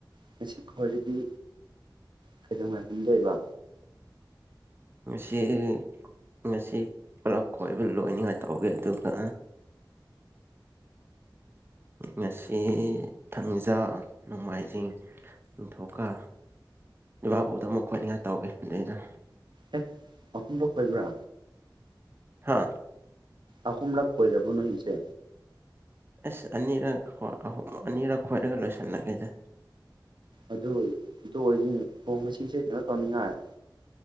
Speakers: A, on the right (about 70°); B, on the right (about 30°).
A: ꯉꯁꯤ ꯈ꯭ꯒꯤ ꯀꯩꯗꯧꯉꯥꯏꯐꯝꯗ ꯑꯣꯏꯕ
B: ꯁꯤ ꯉꯁꯤ ꯄꯨꯂꯞ ꯈꯣꯏꯕ ꯂꯣꯏꯅꯤꯡꯉꯥꯏ ꯇꯧꯒꯦ ꯑꯗꯨꯒ ꯟ ꯑꯁꯤ ꯊꯪꯖꯥ ꯅꯣꯡꯃꯥꯏꯖꯤꯡ ꯅꯤꯡꯊꯧꯀ ꯏꯕꯥꯛꯄꯨꯗ ꯑꯃꯨꯛ ꯈꯣꯠꯅꯤꯡꯉꯥꯏ ꯇꯧꯒꯦ ꯑꯗꯨꯩꯗ
A: ꯑꯦ ꯃꯍꯐꯝꯗꯣ ꯈꯣꯏꯕ꯭ꯔꯥ
B: ꯍꯥꯥ
A: ꯑꯍꯣꯝꯂꯥꯛ ꯀꯣꯏꯖꯕ ꯂꯁ
B: ꯑꯦꯁ ꯑꯅꯤꯔꯛ ꯑꯅꯤꯔꯛ ꯈꯣꯏꯔꯒ ꯂꯣꯏꯁꯟꯂꯒꯦꯗ
A: ꯑꯗꯨ ꯑꯗꯨ ꯑꯣꯏꯗꯣꯏꯅꯤ ꯑꯣ ꯃꯁꯤꯁꯦ ꯀꯩꯅꯣ ꯇꯧꯅꯤꯡꯉꯥꯏ